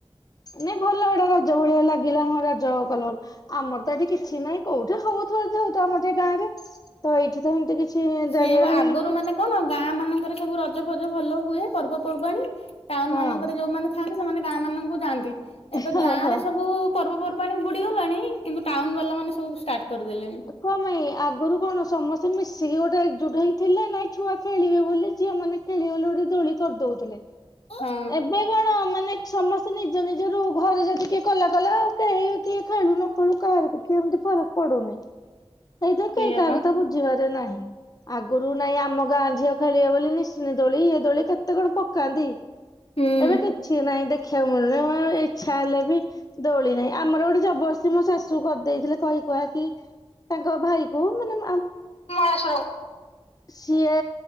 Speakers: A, on the left; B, on the left.
A: ନାଇଁ ଭଲ ଏଇଟା ରଜ ଭଳିଆ ଲାଗିଲା ହଁ ରଜ କଲ ଆମର ତ ଏଇଠି କିଛି ନାହିଁ କୋଉଠି ହଉଥିବ ଯଦି ହଉଥିବ ଆମର ତ ଗାଁରେ ତ ଏଇଠି ତ ଏମତି କିଛି
B: ସେଇଆବା
A: ଜାଣିବାର
B: ଆଗରୁ
A: ହେଇନି
B: ମାନେ କଣ ଗାଁ ମାନଙ୍କରେ ସବୁ ରଜ- ରଜ ଫଜ ଭଲ ହୁଏ ପର୍ବପର୍ବାଣୀ ଟାଉନ
A: ହଁ।
B: ମାନଙ୍କରେ ଯୋଉ ମାନେ ଥାଆନ୍ତି ସେମାନେ ଗାଁ ମାନଙ୍କୁ ଯାଆନ୍ତି। ଏବେ
A: ହଁ
B: ଗାଁ
A: ହଁ।
B: ରେ ସବୁ ପର୍ବପର୍ବାଣି ବୁଡିଗଲାଣି କିନ୍ତୁ ଟାଉନ ବାଲା ମାନେ ସବୁ ଷ୍ଟାର୍ଟ କରିଦେଲେଣି।
A: କଣ ପାଇଁ ଆଗରୁ କଣ ସମସ୍ତେ ମିଶିକି ଗୋଟେ ଏକଜୁଟ ହେଇକି ଥିଲେ ନାଇଁ ଛୁଆ ଖେଳିବେ ବୋଲି ଝିଅ ମାନେ ଖେଳିବେ ବୋଲି ଗୋଟେ ଦୋଳି କରିଦୋଉଥିଲେ।
B: ହଁ
A: ଏବେ କଣ ମାନେ ଦେଖ୍ ସମସ୍ତେ ନିଜ ନିଜ ରୁ ଘରେ ଯଦି କିଏ କଲା କଲା ଆଉ କେହି କିଏ ଖେଳୁ ନ ଖେଳୁ କାହାରିକୁ କି ଏମିତି ଫରକ ପଡୁନି। ଏଇଠି କେହି
B: ସେଇଆ
A: କାହା
B: ବା
A: କଥା ବୁଝିପାରେ ନାହିଁ। ଆଗରୁ ନାଇଁ ଆମ ଗାଁ ଝିଅ ଖେଳିବେ ବୋଲି ନିଶୁଣି ଦୋଳି ଇଏ ଦୋଳି କେତେ କଣ ପକାନ୍ତି।
B: ହୁଁ।
A: ଏବେ କିଛି ନାଇଁ ଦେଖିବାକୁ ମିଳୁନାହିଁ ଆଁ ଏଇ। ଇଚ୍ଛା ହେଲେ ବି ଦୋଳି ନାହିଁ ଆମର ଗୋଟେ ଜବରସ୍ତି ମୋ ଶାଶୁକୁ କରିଦେଇଥିଲେ କହି କୁହାକି ତାଙ୍କ ଭାଇଙ୍କୁ ମାନେ
B: ମଳାଶ୍ୱରଙ୍କୁ।
A: ସିଏ